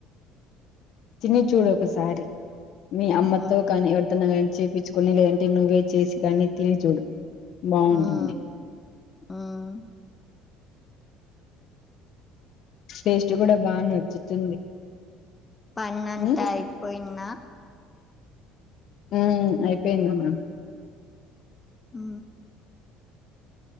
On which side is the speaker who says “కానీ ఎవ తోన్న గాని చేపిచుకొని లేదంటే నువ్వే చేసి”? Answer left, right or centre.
Left